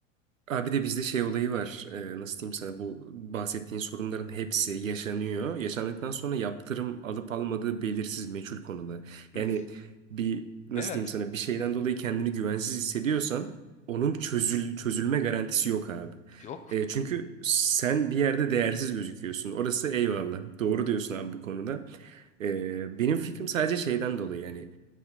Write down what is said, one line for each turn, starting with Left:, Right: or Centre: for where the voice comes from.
Right: Abi de bizde şey olayı var. Ee, nasıl diyeyim sana bu bahsettiğin sorunların hepsi yaşanıyor. Yaşandıktan sonra yaptırım alıp almadığı belirsiz meçhul konuda.
Left: Hı,
Right: Yani bir nasıl
Left: Evet.
Right: diyeyim sana bir şeyden dolayı kendini güvensiz hissediyorsan onun çözül çözülme garantisi yok abi.
Left: Yok.
Right: Ee, çünkü sen bir yerde değersiz gözüküyorsun. Orası eyvallah. Doğru diyorsun abi bu konuda. Ee, benim fikrim sadece şeyden dolayı yani